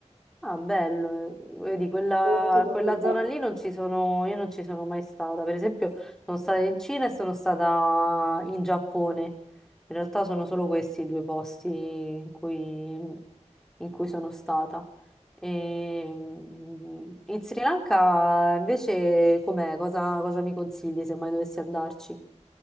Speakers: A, in the centre; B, on the right.
A: Ah, bello, eh, vedi, quella,
B: molto molto
A: quella zona
B: bene.
A: lì non ci sono, io non ci sono mai stata. Per esempio, sono stata in Cina e sono stata in Giappone. In realtà sono solo questi i due posti in cui, in cui sono stata. E, mm, in Sri Lanka invece com'è? Cosa, cosa mi consigli se mai dovessi andarci?